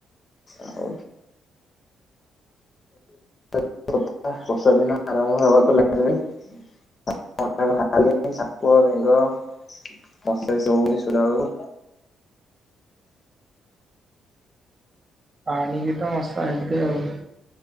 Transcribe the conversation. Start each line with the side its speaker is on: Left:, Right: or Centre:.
Left: ଆଉ <inaudible> ବର୍ଷା ଦିନ ଆରମ୍ଭ ହବାକୁ ଲାଗିଲାଣି। ପଦାକୁ ବାହାରିଲେଣି ସାପ ଆଉ ବେଙ୍ଗ <inaudible> ବେଳକୁ,
Right: ପାଣି କି ତ ମସା ହେବେ ଆଉ।